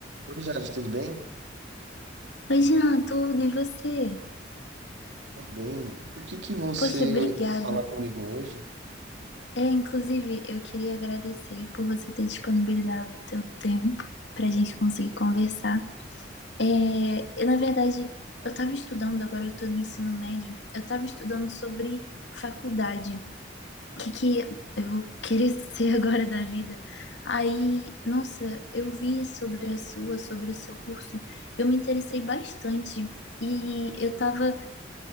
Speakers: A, on the right; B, on the left.
A: Oi, Jade, tudo bem?
B: Oi, Jean, tudo e você?
A: Tô bem. Por que que você
B: Poxa, obrigada.
A: quis falar comigo hoje?
B: É, inclusive, eu queria agradecer por você ter disponibilizado o seu tempo para a gente conseguir conversar. É, eu, na verdade, eu estava estudando, agora eu estou no ensino médio, eu estava estudando sobre faculdade, o que que eu vou querer <laughs> ser agora da vida. Aí, nossa, eu vi sobre a sua, sobre o seu curso, eu me interessei bastante. E eu estava